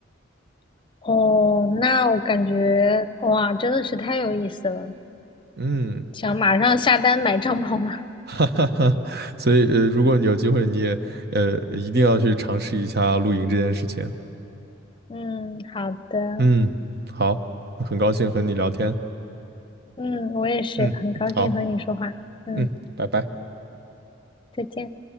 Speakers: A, on the left; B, on the right.
A: 哦，那我感觉哇，真的是太有意思了，
B: 嗯，
A: 想马上下单买帐篷了。
B: <laughs> 哈哈哈，<laughs> 所以呃，如果你有机会，你也呃一定要去尝试一下露营这件事情。
A: <laughs> 嗯，好的，
B: 嗯，好，很高兴和你聊天。
A: 嗯，我也是很高兴和你说话。
B: 嗯，好，
A: 嗯，
B: 嗯，拜拜。
A: 再见。